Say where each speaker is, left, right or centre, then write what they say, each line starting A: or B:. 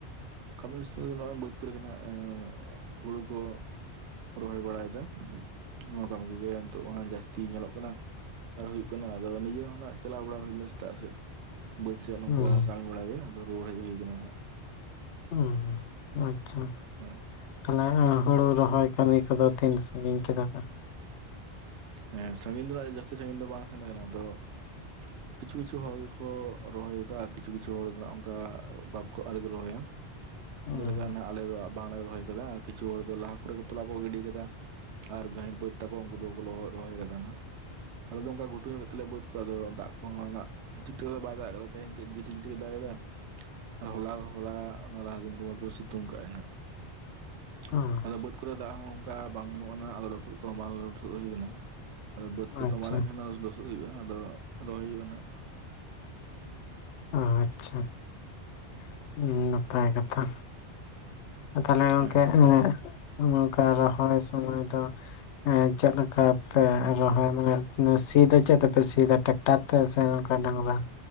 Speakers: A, on the right (about 85°); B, on the left (about 85°).
A: ᱠᱚᱹᱢᱤ ᱠᱟᱹᱥᱱᱤ ᱫᱚ ᱱᱚᱜᱼᱚᱭ ᱵᱟᱹᱫᱽ ᱠᱚᱨᱮ ᱜᱮ ᱱᱟᱜ <unintelligible> ᱦᱩᱲᱩ ᱠᱚ ᱨᱚᱦᱚᱭ ᱵᱟᱲᱟᱭᱮᱫᱟ <inaudible> ᱱᱚᱣᱟ ᱠᱟᱹᱢᱤ ᱠᱚᱜᱮ ᱱᱤᱛᱚᱜ ᱢᱟ ᱡᱟᱹᱥ ᱛᱤ ᱧᱮᱞᱚᱜ ᱠᱟᱱᱟ <inaudible> ᱟᱨ ᱦᱩᱭᱩᱜ ᱠᱟᱱᱟ ᱟᱫᱚ ᱱᱤᱡᱮ ᱦᱚᱸ ᱱᱟᱜ ᱪᱟᱞᱟᱣ ᱵᱟᱲᱟ ᱦᱩᱭ ᱞᱮᱱᱟ ᱥᱮᱛᱟᱜ ᱥᱮᱫ ᱾ ᱵᱟᱹᱫ ᱥᱮᱭᱟᱜ ᱱᱚᱝᱠᱟ
B: ᱦᱩᱸ
A: ᱠᱟᱹᱢᱤ ᱵᱟᱲᱟ ᱜᱮ ᱟᱫᱚ ᱨᱩᱣᱟᱹᱲ ᱦᱮᱡ ᱦᱩᱭ ᱟᱠᱟᱱᱟ ᱱᱟᱦᱟᱜ
B: <unintelligible> ᱟᱪᱪᱷᱟ
A: <unintelligible>
B: ᱛᱟᱦᱚᱞᱮ ᱦᱩᱲᱩ ᱨᱚᱦᱚᱭ ᱠᱟᱹᱢᱤ ᱠᱚᱫᱚ ᱛᱤᱱ ᱥᱟᱺᱜᱤᱧ ᱠᱮᱫᱟ ᱯᱮ
A: ᱦᱮᱸ ᱥᱟᱺᱜᱤᱧ ᱫᱚ ᱦᱟᱜ ᱡᱟᱹᱥᱛᱤ ᱥᱟᱺᱜᱤᱧ ᱫᱚ ᱵᱟᱝ ᱥᱮᱱ ᱠᱟᱱᱟ ᱟᱫᱚ <inaudible> ᱠᱤᱪᱷᱩ ᱠᱤᱪᱷᱩ ᱦᱚᱲ ᱜᱮᱠᱚ ᱨᱚᱦᱚᱭᱮᱫᱟ ᱠᱤᱪᱷᱩ ᱠᱤᱪᱷᱩ ᱦᱚᱲ ᱫᱚ ᱦᱟᱜ ᱚᱱᱠᱟ ᱵᱟᱝᱠᱚ ᱟᱹᱣᱨᱤᱠᱚ ᱨᱚᱦᱚᱭᱟ <inaudible>
B: ᱦᱩᱸ
A: ᱡᱮᱞᱮᱠᱟ ᱱᱟᱦᱟᱜ ᱟᱞᱮ ᱫᱚ ᱵᱟᱝᱞᱮ ᱨᱚᱦᱚᱭ ᱟᱠᱟᱫᱟ ᱠᱤᱪᱷᱩ ᱦᱚᱲ ᱫᱚ ᱞᱟᱦᱟ ᱠᱚᱨᱮ ᱛᱚᱞᱟ ᱠᱚ ᱜᱤᱰᱤ ᱠᱟᱫᱟ ᱟᱨ ᱜᱟᱹᱦᱤᱨ ᱵᱟᱹᱫᱽ ᱛᱟᱠᱚ ᱩᱱᱠᱩ ᱫᱚ ᱵᱚᱞᱚ ᱨᱚᱦᱚᱭ ᱟᱠᱟᱫᱟ ᱱᱟᱦᱟᱜ <inaudible> ᱟᱞᱮ ᱫᱚ ᱚᱱᱠᱟ ᱜᱷᱩᱴᱩ ᱧᱚᱜ ᱜᱮᱛᱟᱞᱮᱭᱟ ᱵᱟᱹᱫᱽ ᱠᱚ ᱟᱫᱚ ᱫᱟᱜ ᱠᱚᱦᱚᱸ ᱱᱟᱜ ᱴᱷᱤᱠ ᱴᱷᱟᱠ ᱫᱚ ᱵᱟᱭ ᱫᱟᱜ ᱠᱟᱫᱟ ᱛᱮᱦᱮᱧ ᱡᱤᱴᱷᱤ ᱡᱤᱴᱷᱤ ᱮ ᱫᱟᱜ ᱮᱫᱟ <inaudible> ᱟᱨ ᱦᱚᱞᱟ ᱦᱚᱞᱟ ᱚᱱᱟ ᱞᱟᱦᱟ ᱫᱤᱱ ᱠᱚ ᱥᱤᱛᱩᱝ ᱠᱟᱜᱼᱟᱭ ᱦᱟᱸᱜ <unintelligible>
B: ᱦᱩᱸ
A: ᱟᱫᱚ ᱵᱟᱹᱫᱽ ᱠᱚᱨᱮ ᱫᱟᱜ ᱦᱚᱸ ᱚᱱᱠᱟ ᱵᱟᱝ ᱵᱟᱝᱱᱩᱜ ᱟᱱᱟ ᱟᱫᱚ ᱦᱩᱲᱩ ᱠᱚᱦᱚᱸ ᱵᱟᱝ ᱞᱚᱥᱚᱫ ᱦᱩᱭ ᱟᱠᱟᱱᱟ ᱾ ᱟᱫᱚ ᱵᱟᱹᱫᱽ ᱠᱚ
B: ᱟᱪᱪᱷᱟ
A: ᱛᱚᱢᱵᱟ ᱞᱮᱱᱠᱷᱟᱱ ᱞᱚᱥᱚᱫ ᱦᱩᱭᱩᱜᱼᱟ ᱟᱫᱚ ᱨᱚᱦᱚᱭ ᱦᱩᱭᱩᱜᱼᱟ ᱱᱟᱦᱟᱜ
B: ᱟᱪᱪᱷᱟ <inaudible> ᱱᱟᱯᱟᱭ ᱠᱟᱛᱷᱟ ᱛᱟᱦᱚᱞᱮ ᱜᱚᱝᱠᱮ
A: ᱦᱮᱸ
B: <unintelligible> ᱱᱚᱝᱠᱟ ᱨᱚᱦᱚᱭ ᱥᱚᱢᱚᱭ ᱫᱚ <unintelligible> ᱪᱮᱫ ᱞᱮᱠᱟ ᱯᱮ ᱨᱚᱦᱚᱭ ᱢᱟᱱᱮ ᱥᱤ ᱫᱚ ᱪᱮᱫ ᱛᱮᱯᱮ ᱥᱤ ᱫᱟ ᱴᱮᱠ ᱴᱟᱨ ᱛᱮ ᱥᱮ ᱱᱚᱝᱠᱟ ᱰᱟᱝᱨᱟ